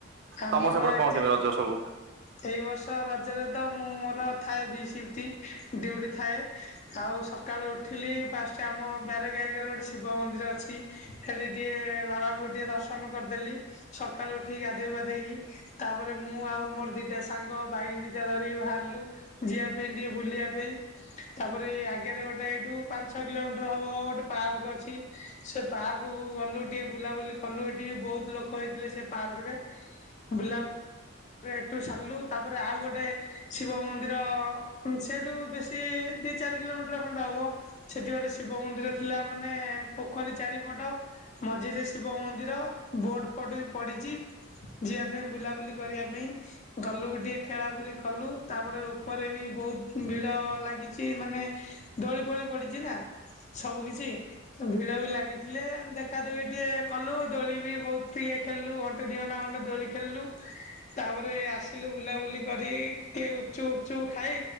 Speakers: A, on the left; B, on the right.
A: ଆମର
B: ତମର ସେପଟେ
A: ଏଠି
B: କଁ କେମିତି ରଜ ସବୁ।
A: ଏଇ ବର୍ଷ ରଜେରେ ତ ମୁଁ ମୋର ଥାଏ ବି ସିପ୍ଟ ଡିଉଟି ଥାଏ। ଆଉ ସକାଳୁ ଉଠିଲି ଫାଷ୍ଟ ଆମ ବ୍ୟାରେଗେ ଆଗେରେ ଗୋଟେ ଶିବ ମନ୍ଦିର ଅଛି। ସେଠି ଟିକେ ବାବାଙ୍କୁ ଟିକେ ଦର୍ଶନ କରିଦେଲି ସକାଳୁ ଉଠିକି ଗାଧେଇ ପାଧେଇକି। ତାପରେ ମୁଁ ଆଉ ମୋର ଦିଟା ସାଙ୍ଗ ବାଇକି ଦିଟା ଧରିକି ଭାରଲୁ ଯିିଆ ପେଇଁ ଟିକେ ବୁଲିଆ ପେଇଁ। ତାପରେ ଏ ଆଗରେ ଗୋଟେ ଏଇଠୁ ପାଞ୍ଚ ଛଅ କିଲୋମିଟର ହବ ଗୋଟେ ପାର୍କ ଅଛି ସେ ପାର୍ କୁକୁ ଗଲୁ ଟିକେ ବୁଲାବୁଲି କଲୁ ଏଠି ବି ବୋହୁତ ଲୋକ ହେଇଥିଲେ ସେ ପାର୍କରେ ବୁଲା ପରେ ହେଠୁ ସାରଲୁ ତାପରେ ଆଉ ଗୋଟେ ଶିବ ମନ୍ଦିର ଉଁ ସେଇଠୁ ବେଶ୍ କି ଦି ଚାରି କିଲୋମିଟର ଖଣ୍ଡେ ହବ। ସେଠି ଗୋଟେ ଶିବ ମନ୍ଦିର ଥିଲା ମାନେ ପୋଖରୀ ଚାରିପଟ ମଝିରେ ଶିବ ମନ୍ଦିର ବୋଟ୍ ଫୋଟ୍ ବି ପଡିଚି ଯିଆ ପେଇଁ ବୁଲାବୁଲି କରିବା ପେଇଁ। ଗଲୁ ଟିକେ ଖେଳା ଖୁଳି କଲୁ ତାପରେ ଓପରେ ବି ବୋହୁତ ଭିଡ ଲାଗିଛି ମାନେ ଦୋଳି ଫୋଳି ପଡିଚି ନା ସବୁ କିଛି ଉଁ ଭିଡ ବି ଲାଗିଥିଲେ ଦେଖ୍ ଖା ଦୁଖି ଟିକେ କଲୁ ଦୋଳି ବି ବୋହୁତ ଟିକେ ଖେଳଲୁ ଘଣ୍ଟେ ଦି ଘଣ୍ଟା ଘଣ୍ଟେ ଦୋଳି ଖେଳଲୁ। ତାପରେ ଆସିଲୁ ବୁଲାବୁଲି କରି ଟିକେ ଗୁପଚୁପ ଉପଚୁପୁ ଖାଇ